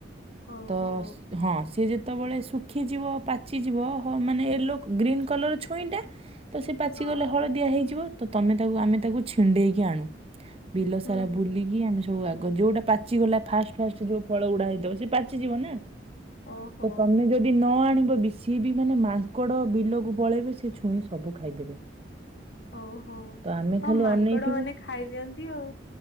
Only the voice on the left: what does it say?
ଓହୋ
ହଁ
ହୁଁ
ହୁଁ।
ଓହୋ
ହଉ ହଉ,
ହଁ ମାଙ୍କଡ
ମାନେ ଖାଇଦିଅନ୍ତି ଆଉ।